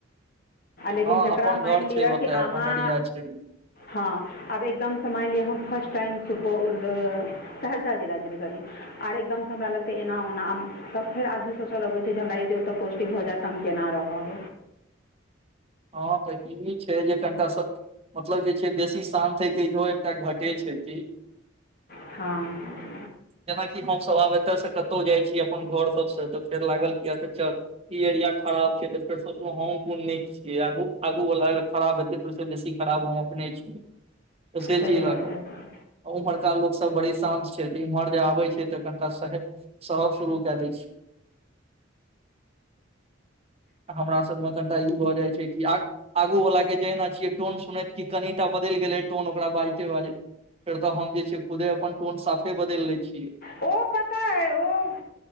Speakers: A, on the left; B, on the right.
A: लेकिन
B: हँ
A: जकरा
B: अपन
A: मानि
B: घर
A: लिअ
B: छै ओतऽ
A: कि अहाँ
B: अपन एरिया छै।
A: हँ आब एकदम समानि लिअ हम फर्स्ट टाइम सुपौल आ सहरसा जिला जेबै सी आर एकदम हमरा लगतै एना ओना तऽ फेर आदमी सोचऽ लगैत छै जे हमरा यदि ओतऽ पोस्टिंग हो जायत तऽ हम केना रहब।
B: हँ तऽ ई छै जे कनिटाँ स मतलब जे छै बेसी शान्त होयके इहो एकटा घटे छै कि
A: हँ ह <unintelligible>
B: जेनाकि हमसभ आब एतयसँ कतहु जाइ छी अपन घर सबसँ तऽ फेर लागल कि अ चल- ई एरिया खराब छै तऽ फर सोचल हॉंगुंग कि आगू आगू वलाग खराब हेतै तऽ ओहिसँ बेसी खराब हम अपने छी। कसेची
A: सही
B: इलका
A: बात सही बात
B: ओम्हरका लोकसभ बड़ी शान्त छै तऽ इम्हर जे आबै छै तऽ कनिटा सह स शुरू कए दै छी <unintelligible> हमरा सभमे कनिटा ई भऽ जाइत छै कि आ आगू वला के जना छियै टोन सुनैत कि कनिटा बदलि गेलै टोन ओकरा बाजिते बाजैत। फेर तऽ हम जे छै खुदे अपन टोन साफे बदल ले छियै।
A: ओ पता है ओ